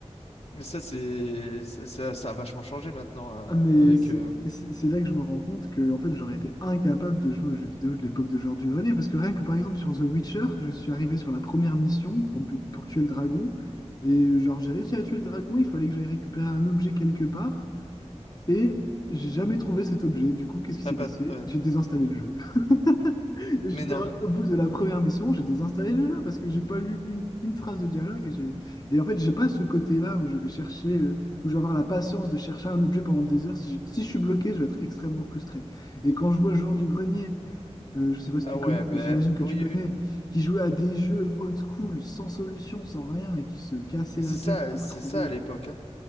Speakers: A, on the left (about 65°); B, on the left (about 35°).
A: Mais ça, c'est, ça, ça ça a vachement changé maintenant euh,
B: Ah, mais
A: avec.
B: c'est
A: euh,
B: c'est- c'est là que je me rends compte que en fait, j'aurais été incapable de jouer aux jeux vidéo de l'époque de Georges du Grenier. Parce que rien que par exemple sur The Witcher, je suis arrivé sur la première mission pour, but- pour tuer le dragon. Et genre, j'ai réussi à tuer le dragon, il fallait que j'aille récupérer un objet quelque part. Et j'ai jamais trouvé cet objet. Du coup, qu'est-ce qui
A: t'as
B: s'est
A: pas.
B: passé?
A: ouais.
B: J'ai désinstallé le jeu. Et j'étais
A: Mais non.
B: au bout de la première mission, j'ai désinstallé le jeu parce que j'ai pas lu une, une phrase de dialogue et j'ai et en fait j'ai pas ce côté-là où je vais chercher euh, où je vais avoir la patience de chercher un objet pendant des heures. Si je, si je suis bloqué, je vais être extrêmement frustré. Et quand je vois le joueur du grenier, euh, je sais pas si
A: Ah
B: tu
A: ouais,
B: connais,
A: ben
B: mais j'imagine que
A: oui,
B: tu connais,
A: oui.
B: qui jouait à des jeux old school, sans solution, sans rien et qui se cassait
A: Mais
B: la
A: c'est ça,
B: tête pour
A: c'est
B: trouver
A: ça à l'époque, hein.